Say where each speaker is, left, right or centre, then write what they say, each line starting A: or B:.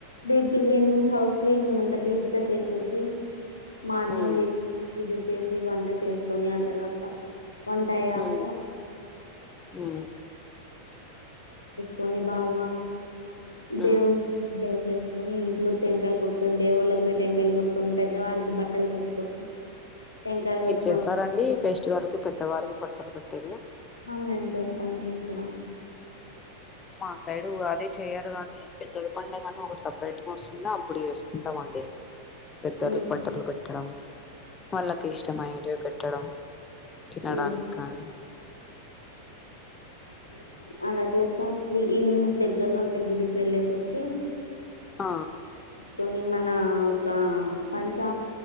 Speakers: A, on the left (about 80°); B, on the left (about 20°).
A: deep cleaning house cleaning అంతా డీప్ గా చేసేసి మార్నింగ్
B: ఉమ్
A: లే చేసి వంట చేసుకొని ఆ తర్వాత వంట అయ్యాక
B: ఉమ్ ఉమ్
A: కొని బాగా
B: ఉమ్
A: దేవును చేసుకొని ఇంట్లో టెంకాయలు కొట్టుకొని దేవుళ్ళకి పోయి టెంకాయలు కొట్టుకొని పెద్దవారికి బట్టలు పెట్టుకొని టెంకాయ
B: మీరు
A: కొట్టుకొని
B: చేస్తారండి ఫెస్టివల్ పెద్దవారికి త పెట్టేది
A: మేము చేస్తాంమండి ఇక్కడ
B: మా సైడు అదే చేయరు కానీ పెద్దల పండగ అని ఒక సపరేట్ గా వస్తుంది అప్పుడు వేసుకుంటాం అండి. పెద్దలకు
A: ఉమ్
B: బట్టలు పెట్టడం వాళ్ళకి ఇష్టమ పేట్టడం తినడానికి
A: ఉమ్
B: కానీ
A: <inaudible> అలా చేసుకోవాలి. ఈవినింగ్ దగ్గర్లో ఉండే గుడికి వెళ్ళేసి వచ్చి
B: ఆ
A: కొని మన ఒక పంచా